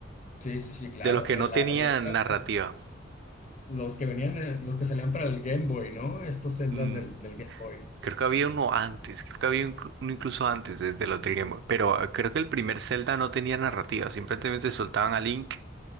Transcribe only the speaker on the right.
de los que
no
tenían
narrativa.
Mm,
creo que había uno antes, creo que había inclu- uno incluso antes de, de los del Game Boy, pero eh, creo que el primer Zelda no tenía narrativa, simplemente soltaban a Link